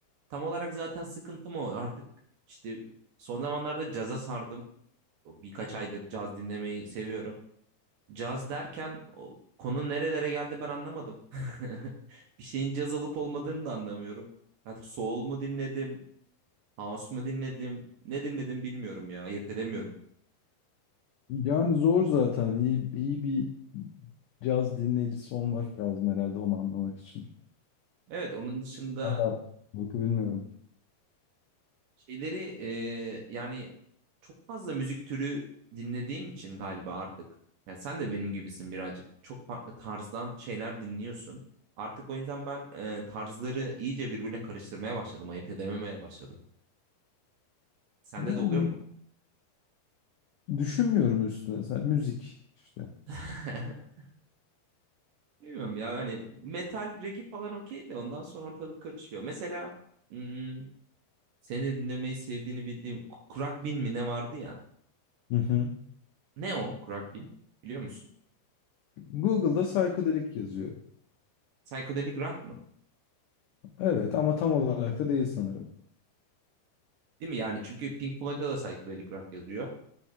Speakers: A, on the right; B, on the left.
A: tam olarak zaten sıkıntım o. Artık işte son zamanlarda caza sardım. birkaç aydır caz dinlemeyi seviyorum. Caz derken o, konu nerelere geldi ben anlamadım. <laughs> Bir şeyin caz olup olmadığını da anlamıyorum. Hatta soul mu dinledim, house mu dinledim, ne dinledim bilmiyorum ya, ayırt edemiyorum.
B: Yani zor zaten. İyi, iyi bir caz dinleyicisi olmak lazım herhalde onu anlamak için.
A: Evet, onun dışında
B: Anlarım. Bakı bilmiyorum.
A: şeyleri e, yani çok fazla müzik türü dinlediğim için galiba artık. Yani sen de benim gibisin birazcık. Çok farklı tarzdan şeyler dinliyorsun. Artık o yüzden ben e, tarzları iyice birbirine karıştırmaya başladım, ayırt edememeye başladım. Sende
B: Yani
A: de oluyor
B: mi-
A: mu?
B: düşünmüyorum üstüne. Sen müzik işte.
A: <laughs> Bilmiyorum ya hani metal, regi falan okey de ondan sonra ortalık karışıyor. Mesela hmm, seni de dinlemeyi sevdiğini bildiğim bin mi ne vardı ya?
B: Hı hı.
A: Ne o bin Biliyor musun?
B: Google'da psychedelic yazıyor.
A: Psychedelic rock mı?
B: Evet ama tam olarak da değil sanırım.
A: Değil mi yani? Çünkü Pink Floyd'da da psychedelic rock yazıyor.